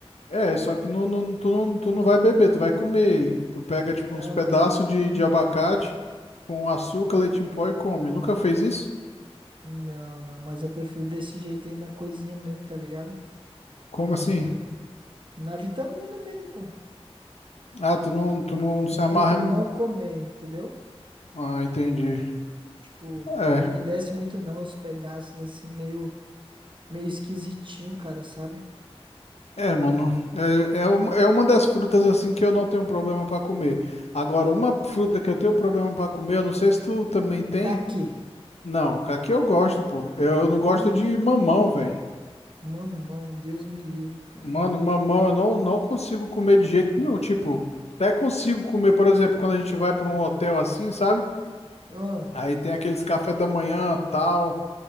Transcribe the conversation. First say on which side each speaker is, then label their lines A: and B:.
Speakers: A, on the left (about 80°); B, on the right (about 50°).
A: É, só que não, não- tu, não, tu não vai beber, tu vai comer ele. Tu pega, tipo,
B: Não,
A: uns pedaços
B: mas eu prefiro.
A: de, de abacate com açúcar, leite em pó e come. Nunca fez isso?
B: Não, não, mas eu prefiro desse jeito aí na coisinha mesmo, tá ligado?
A: Como assim?
B: Na vitamina mesmo, pô.
A: Ah, tu não, tu não se
B: Eu
A: amarra.
B: prefiro não comer, entendeu?
A: Ah, entendi.
B: Tipo,
A: É.
B: não me desce muito não os pedaços assim, meio, meio esquisitinho, cara, sabe?
A: É, mano, é, é, uma, é uma das frutas assim que eu não tenho problema pra comer. Agora, uma fruta que eu tenho problema pra comer, eu não sei se tu também tem.
B: Tá Aqui.
A: Não, aqui eu gosto, pô. Eu,
B: Porra.
A: eu não gosto de mamão, velho.
B: Mamão, Deus me livre, cara.
A: Mano, mamão eu não, não consigo comer de jeito nenhum. Tipo, até consigo comer, por exemplo, quando a gente vai para um hotel assim, sabe?
B: Ah,
A: Aí tem aqueles café da manhã, tal.